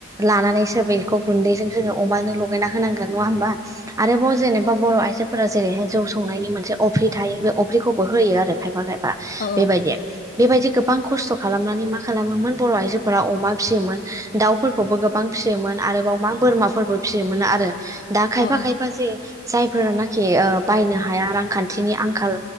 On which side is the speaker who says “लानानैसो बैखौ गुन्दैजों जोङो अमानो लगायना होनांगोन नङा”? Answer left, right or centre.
Right